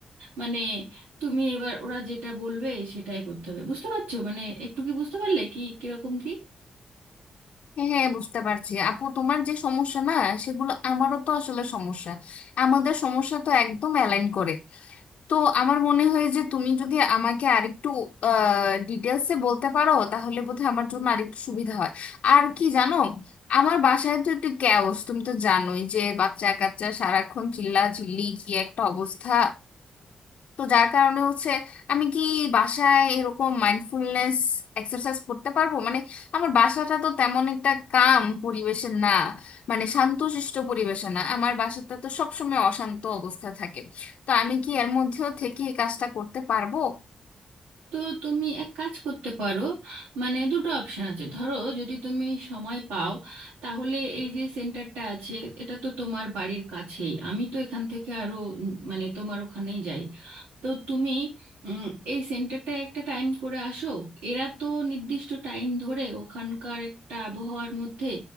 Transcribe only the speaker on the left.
হ্যাঁ হ্যাঁ, বুঝতে পারছি আপু তোমার যে সমস্যা না সেগুলো আমারও তো আসলে সমস্যা আমাদের সমস্যা তো একদম অ্যালাইন করে তো আমার মনে হয় যে তুমি যদি আমাকে আরেকটু ডিটেলসে বলতে পারো তাহলে বোধহয় আমার জন্য আরেকটু সুবিধা হয় আর কি জানো আমার বাসায় তো একটু ক্যাওস তুমি তো জানোই যে বাচ্চা কাচ্চা সারাক্ষণ চিল্লা চিল্লি কি একটা অবস্থা তো যার কারণে হচ্ছে আমি কি বাসায় এরকম মাইন্ডফুলনেস এক্সারসাইজ করতে পারবো মানে আমার বাসাটা তো তেমন একটা কাম পরিবেশে না মানে শান্তশিষ্ট পরিবেশে না আমার বাসাটা তো সবসময় অশান্ত অবস্থা থাকে তো আমি কি এর মধ্যেও থেকে এই কাজটা করতে পারবো